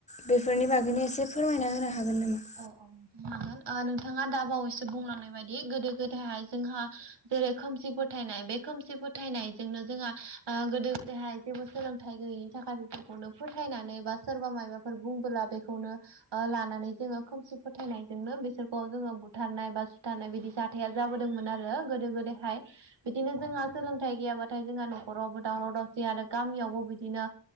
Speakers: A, on the left; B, on the right.
A: बेफोरनि बागैनो एसे फोरमायना होनो हागोन नामा
B: औ औ ननो हागोन नोंथाङा दा बावैसो बुंलांनाय बायदि गोदो गोदायहाय जोंहा जेरै खोमसि फोथायनाय बे खोमसि फोथायनायजोंनो जोंहा गोदो गोदायहाय जेबो सोलोंथाइ गैयिनि थाखाय बेफोरखौनो फोथायनानै बा सोरबा माबाफोर बुंबोला बेखौनो आ लानाानानै जोङो खोमसि फोथायनायजोंनो बिसोरखौ जोङो बुथारनाय बा सुथारनाय बिदि जाथाया जाबोदोंमोन आरो गोदो गोदाय हाय। बिदिनो जोंहा सोलोंथाइ गैयाबाथाय जोंहा न'खरावबो दावराव दावसि आरो गामियावबो बिदिनो